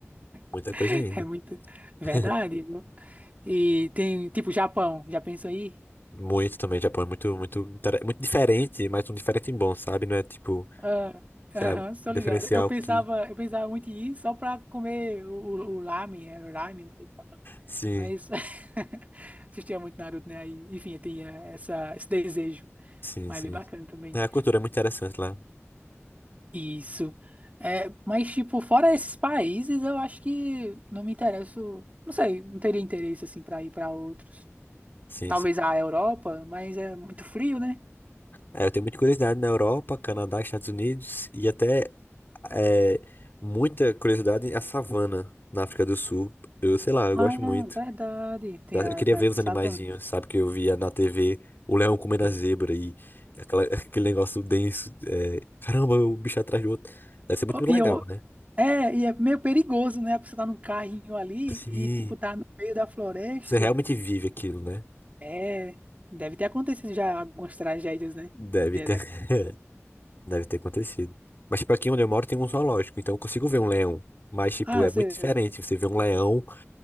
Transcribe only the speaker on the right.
<laughs>
é muito verdade.
viu? E tem, tipo, Japão, já pensou aí?
Ah,
Aham,
estou
ligado. Eu pensava,
eu pensava muito em ir só para comer o, o, o ramen, é ramen, não sei qual é o nome.
Mas <laughs> assistia muito Naruto, né? Aí, enfim, eu tinha essa, esse desejo,
mas
é bem bacana também.
Isso. É, mas, tipo, fora esses países, eu acho que não me interesso. Não sei, não teria interesse, assim, pra ir pra outros.
Talvez
a Europa, mas é muito frio, né?
Ah,
verdade. Tem
a,
tem
a
savana.
Sim.
Oh,
E eu,
é, e é meio perigoso, né? A pessoa tá num carrinho ali
e, tipo, tá no meio da floresta.
É, deve ter acontecido já algumas tragédias, né?
De-
dessa-
Ah,
sei,